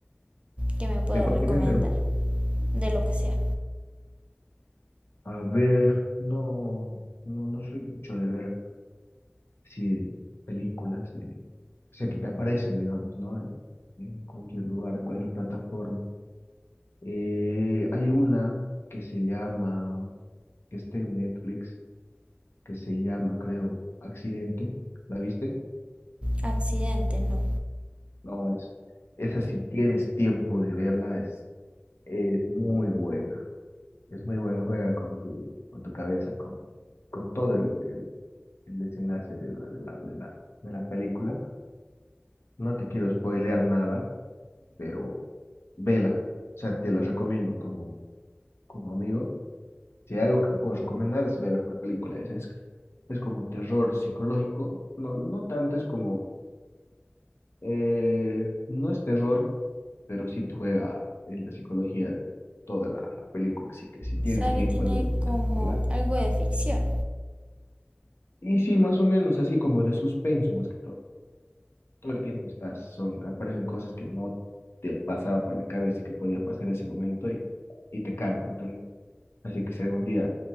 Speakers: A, on the right; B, on the left.
A: que me puedas
B: ¿De cualquier
A: recomendar.
B: género?
A: De lo que sea.
B: A ver, no, no, no soy mucho de ver sí, películas, de- o sea, que te aparecen, digamos, ¿no? En, en cualquier lugar, en cualquier plataforma. Eh, hay una que se llama, que está en Netflix, que se llama, creo, Accidente. ¿La viste?
A: Accidente, no.
B: No, es, esa si tienes tiempo de verla, es, es muy buena. Es muy buena, juega con tu, con tu cabeza, con, con todo el, el, el desenlace de la, de la, de la, de la película. No te quiero spoilear nada, pero vela. O sea, te la recomiendo como, como amigo. Si hay algo que puedo recomendar es ver una película. Es, es, es como terror psicológico. No, no tanto, es como, eh, no es terror pero sí te juega en la psicología de toda la película, así que si tienes
A: O sea
B: tiempo,
A: que tiene
B: algo de
A: como
B: verla.
A: algo de ficción.
B: Y sí, más o menos así como de suspenso más que todo. Todo el tiempo estás, son, aparecen cosas que no te pasaba por la cabeza que podía pasar ese momento y, y te cambia totalmente. Así que si algún día